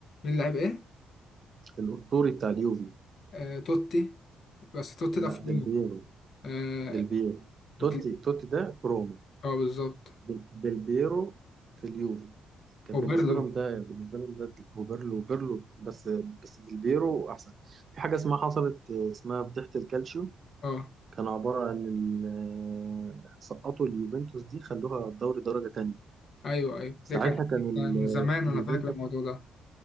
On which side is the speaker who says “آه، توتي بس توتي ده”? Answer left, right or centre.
Left